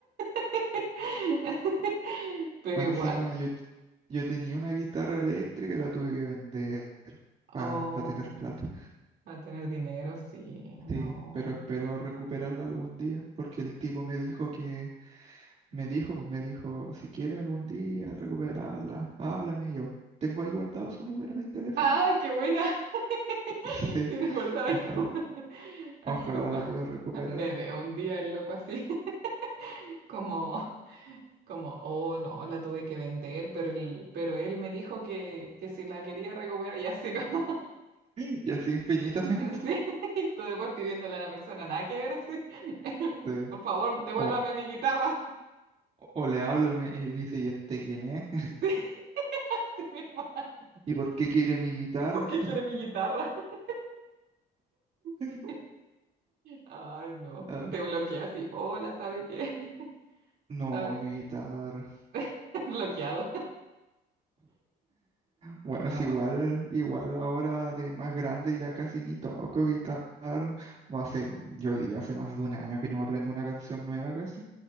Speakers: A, on the right; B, on the right.
A: <laughs> Pero
B: Más
A: igual,
B: Encima yo, yo tenía una guitarra eléctrica y la tuve que vender para
A: oh,
B: tener plata.
A: para tener dinero, sí, no.
B: Sí, pero espero recuperarla algún día, porque el tipo me dijo que, me dijo, pues me dijo, si quieres algún día recuperarla, háblame, y aún tengo ahí guardado su número en el teléfono.
A: ¡Ah,
B: <laughs>
A: qué buena! <laughs>
B: Sí,
A: Tienes guardado
B: ojalá,
A: ahí como- <laughs> así
B: ojalá
A: como,
B: la
A: <laughs>
B: pueda recuperar.
A: me
B: <laughs>
A: veo un día el loco así, <laughs> como, como, oh, no, la tuve que vender, pero, el, pero él me dijo que, que si la quería recuperar y así como,
B: Y así infinitamente.
A: <laughs> en
B: <laughs>
A: sí, <laughs> y tú después pidiéndole a una persona nada que ver así, <laughs>
B: Sí.
A: por favor, devuélvame
B: O,
A: mi guitarra.
B: o le hablo y, me- y dice, ¿y este quién es? <laughs>
A: <laughs> sí. <laughs> Sí, mi hermana.
B: ¿Y por qué quiere mi guitarra?
A: ¿Por qué quiere mi guitarra? <laughs>
B: <laughs>
A: Sí. Ay, no.
B: Ah,
A: Te bloquea así. Hola, ¿sabe qué? <laughs>
B: no,
A: ¿Sabe?
B: mi guitarra.
A: <laughs> Bloqueado.
B: Bueno,
A: No.
B: es igual, igual ahora de más grande ya casi ni toco guitarra. no Hace, yo diría hace más de un año que no me aprendo una canción nueva casi.